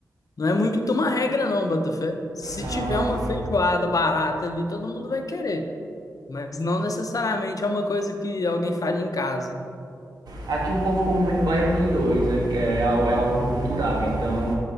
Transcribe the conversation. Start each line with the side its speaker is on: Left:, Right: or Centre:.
Left: não é muito uma regra, não, Botafé. Se
Right: Ah,
Left: tiver uma feijoada barata ali, todo mundo vai querer. Mas não necessariamente é uma coisa que alguém faria em casa.
Right: Aqui o povo come muito baião de dois, é, é, é algo cultural. Então,